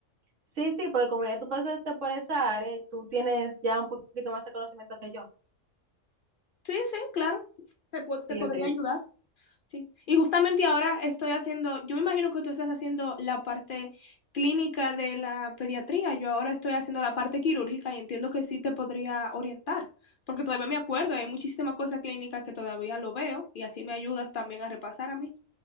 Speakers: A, on the right; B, on the left.
A: sí, sí, porque como ya tú pasaste por esa área y tú tienes ya un poquito más de conocimiento que yo.
B: Sí, sí, claro. Te, po- te
A: Sí,
B: podría
A: ok.
B: ayudar. Sí, y justamente ahora estoy haciendo, yo me imagino que tú estás haciendo la parte clínica de la pediatría, yo ahora estoy haciendo la parte quirúrgica y entiendo que sí te podría orientar, porque todavía me acuerdo, hay muchísimas cosas clínicas que todavía lo veo y así me ayudas también a repasar a mí.